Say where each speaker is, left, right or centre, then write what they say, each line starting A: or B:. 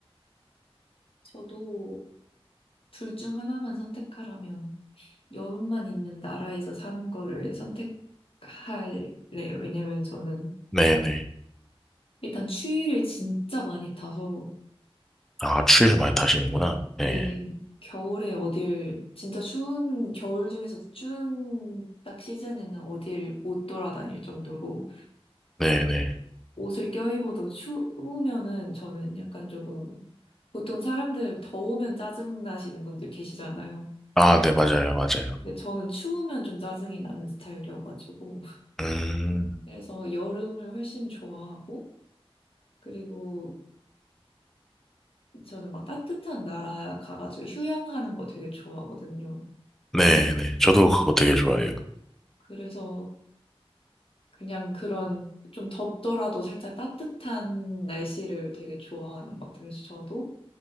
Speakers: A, on the left; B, in the centre.
A: 저도 둘 중 하나만 선택하라면 여름만 있는 나라에서 사는 거를 선택할래요. 왜냐면 저는
B: 네네.
A: 일단 추위를 진짜 많이 타서,
B: 아, 추위를
A: 어,
B: 많이 타시는구나. 네.
A: 네, 겨울에 어딜, 진짜 추운, 겨울 중에서도 추운 딱 시즌에는 어딜 못 돌아다닐 정도로
B: 네네.
A: 옷을 껴입어도 추우면은 저는 약간 조금, 보통 사람들 더우면 짜증 나시는 분들 계시잖아요.
B: 아, 네, 맞아요, 맞아요.
A: 근데 저는 추우면 좀 짜증이 나는 스타일이어가지고.
B: 음,
A: 그래서 여름을 훨씬 좋아하고, 그리고 저는 막 따뜻한 나라 가가지고 휴양하는 거 되게 좋아하거든요.
B: 네네. 저도 그거 되게 좋아해요.
A: 그래서 그냥 그런 좀 덥더라도 살짝 따뜻한 날씨를 되게 좋아하는 것 같아요. 그래서 저도